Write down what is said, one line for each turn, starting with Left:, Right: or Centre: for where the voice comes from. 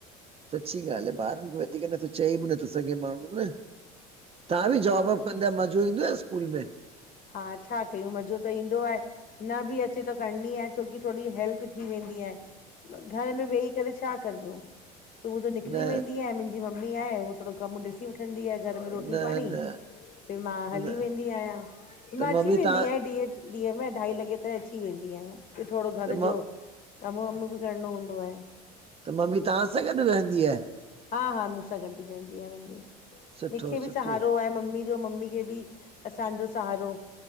Right: सची ॻाल्हि आहे ॿारनि खे वधीक नथो चए बि नथो े माण्हू न तव्हां
Left: त
Right: बि
Left: छा
Right: जॉब वॉब
Left: कयूं
Right: कंदा मज़ो ईंदो आहे स्कूल में?
Left: हा छा कयूं मजो त ईंदो आहे न बि अचे त करणी आहे छोकी थोरी हेल्प थी वेंदी आहे। घर में वेही करे छा करबो? सुबुह जो
Right: न
Left: निकिरी वेंदी आ मुंहिंजी मम्मी आहे उहो थोरो कमु ॾिसी वठंदी आहे। घर में रोटी
Right: न न
Left: पाणी ते मां हली
Right: न
Left: वेंदी आहया,
Right: त
Left: मां
Right: मम्मी
Left: अची वेंदी
Right: तव्हां
Left: आयां डिंह! ॾींह में अढाई लगे ताई अची वेंदी आयां ब्यो थोड़ो घर
Right: त म
Left: जो कम, वम बि करणो हूंदो आए।
Right: त मम्मी तहां सां गॾ रहंदी आ।
Left: हा-हा मूसां गॾ ई रहंदी आ मम्मी,
Right: सुठो
Left: मिख़े
Right: सुठो
Left: बि सहारो आहे मम्मी असाजो मम्मी खे बि असां जो सहारो,